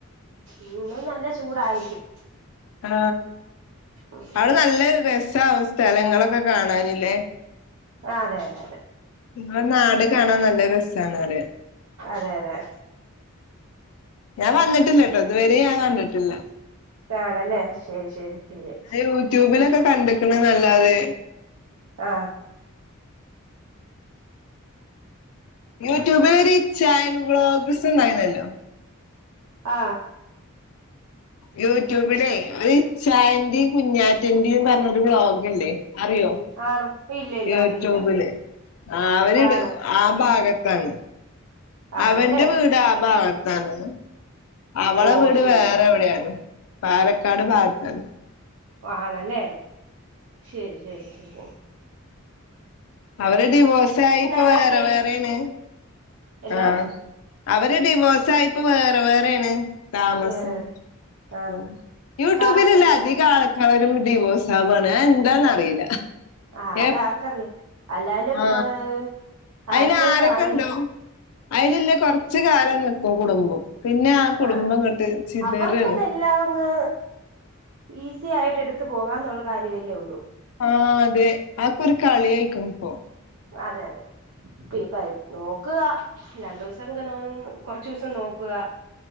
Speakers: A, on the right; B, on the left.
A: ഇന്നും നല്ല ചൂടായിരിക്കും
B: ആ
A: ഉം
B: അയുടെ നല്ല രസാവും സ്ഥലങ്ങളൊക്കെ കാണാൻ ലെ
A: അതെ അതെ അതെ
B: ഇങ്ങളെ നാട്
A: നല്ല
B: കാണാൻ
A: രസ
B: നല്ല രസാണ് പറിയാ
A: അതെ അതെ
B: ഞാൻ വന്നിട്ടില്ലട്ടോ ഇത് വെരീം ഞാൻ കണ്ട്ട്ടില്ല
A: കാണല്ലേ ശരി ശരി ശരി
B: യൂട്യൂബിലൊക്കെ കണ്ട്ക്ക്ണ്ന്ന് അല്ലാതെ
A: ആ
B: യൂട്യൂബിൽ ഒരു ഇച്ചായൻ വ്ളോഗ്സ് ഇണ്ടായിന്നല്ലോ
A: ആ
B: യൂട്യൂബിലെ ഒര് ഇച്ചായന്റിം കുഞ്ഞാറ്റന്റിം പർണ് ഒര് വ്ലോഗ് ഇല്ലേ അറിയോ
A: ആണോ ഇല്ല ഇല്ല
B: യൂട്യൂബ്ൽ
A: അറിയില്ല
B: അവര്
A: ആണോ
B: ആ ഭാഗ ത്താണ്
A: ആണല്ലേ
B: അവന്റെ വീട് ആ ഭാഗത്താണ് അവളെ
A: ഓ
B: വീട്
A: ശരി
B: വേറെ എവ്ടെയാണ് പാലക്കാട് ഭാഗത്താണ്
A: ഓ ആണല്ലേ ശെരി ശെരി ശെരി
B: അവര് ഡിവോഴ്സായിപ്പൊ
A: ഉണ്ടാക്കിയേ
B: വേറെ വേറേണ്
A: എന്തോ
B: ആ അവര് ഡിവോഴ്സായിപ്പോ വേറെ വേറെ ആണ്. താമസം
A: വേറെ വേറെ ആഹ്
B: ഇതും യൂട്യൂബ്ൽ
A: കാപ്പിക്ക്
B: ഇല്ലെ അധിക ആൾ ക്കാരും ഡിവോസാവാണ് അയെന്താന്ന് അറീല
A: ആഹ്
B: എ
A: അതാർക്കറിയാം അല്ലാലും
B: ആ
A: ഏഹ്
B: അയിൽ
A: ആക്ട്രസ്
B: ആരെക്കെ
A: ആണേലും
B: ഇണ്ടോ അയ്ൽ ഇല്ലെ കൊർച്ച് കാലം നിക്കും കുടുംബം പിന്നെ കുടുംബം
A: ആ
B: ഇങ്ങട്ട് ചിതറാണ്
A: അവർക്ക് ഇതെല്ലാം അങ്ങ് ഈ സി ആയിട്ട് എട്ത്ത് പോകാന്നുള്ള കാര്യവല്ലേ ഒള്ളു
B: ആ അതെ ആയൊക്കൊര് കളിയ്ക്ക്ണ് ഇപ്പൊ
A: അതെ അതെ ഇപ്പയിപ്പ നോക്ക്കാ രണ്ടൂസുക്കെ നോ കൊർച്ചൂസം നോക്ക്കാ